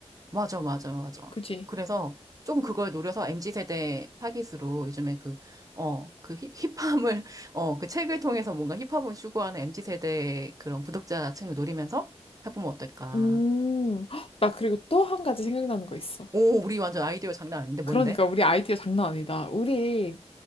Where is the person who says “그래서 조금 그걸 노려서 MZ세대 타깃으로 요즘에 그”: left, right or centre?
Right